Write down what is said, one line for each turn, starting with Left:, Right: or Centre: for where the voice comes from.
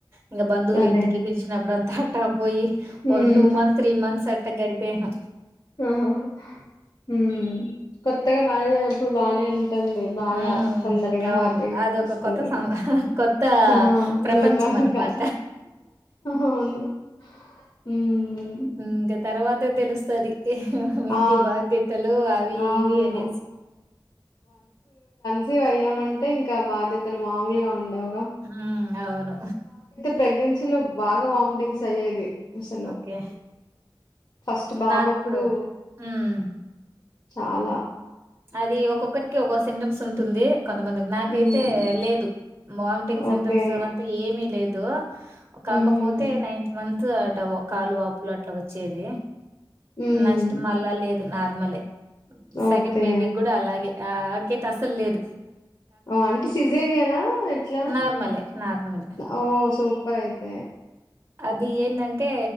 Right: ఇంకా బంధువులు
Left: అదే.
Right: ఇంటికి పిలిచినప్పుడు అంతా, అట్ట పోయి
Left: హ్మ్.
Right: ఒక టూ మంత్స్ త్రీ మంత్స్ అట్ట గడిపాను
Left: ఆహ హ ఊ కొత్తగా మ్యారేజ్ అయినప్పుడు బాగానే ఉంటంది బాగా
Right: హ్మ్.
Left: సందడిగా
Right: అవును.
Left: హ్యాపీగా
Right: అదొక
Left: అనిపిస్తంది
Right: కొత్త సం కొత్త
Left: ఆ
Right: ప్రపంచం
Left: లోకం
Right: అన్నమాట.
Left: ఇంకా అవును, హ్మ్
Right: ఇంకా తర్వాత తే తెలుస్తది ఇంటి
Left: ఆ
Right: బాధ్యతలు ఆవి
Left: అవును
Right: ఇవి అనేసి
Left: న్సీవ్ అయ్యాం అంటే ఇంకా బాధ్యతలు మామూలుగా ఉండవు
Right: ఆ అవును
Left: ప్రెగ్నెన్సీ లో బాగా వామిటింగ్స్ అయ్యేది అసలు
Right: ఓకే.
Left: ఫస్ట్ బాబప్పుడు
Right: నాకు హ్మ్.
Left: చాలా
Right: అది ఒక్కొక్కరికి ఒక సింటమ్స్ ఉంటుంది కొంతమంది నాకైతే
Left: హ్మ్
Right: లేదు వామిటింగ్ సింటమ్స్
Left: ఓకే
Right: అవంతా ఏమీ లేదు దో కాకపోతే
Left: హ్మ్
Right: నైన్త్ మంత్ అవుతది కాలు వాపులు అట్లా వచ్చేది
Left: హ్మ్
Right: నెక్స్ట్ మళ్ళా లేద్ నార్మలే స
Left: ఓకే
Right: బేబీ గుడా అలాగే ఆ ఆడికైతే అస్సలేదు
Left: ఆ అంటే సిజేరియనా ఎట్లా
Right: నార్మలే నార్మలే.
Left: ఓ సూపర్ అయితే
Right: అది ఎందంటే